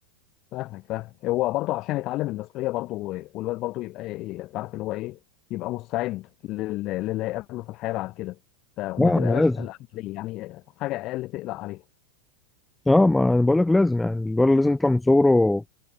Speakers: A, on the left; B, in the centre.
A: فاهمك فاهمك هو برضو عشان يتعلم المسؤولية برضو والواد برضو يبقى ايه تعرف اللي هو ايه يبقى مستعد لل- للي هيقابله في الحياة بعد كده ف... وما
B: لا
A: تبقاش
B: ما لازم
A: قلقان عليه يعني حاجة اقل تقلق عليها
B: اه ما انا بقول لك لازم يعني الولد لازم يطلع من صغره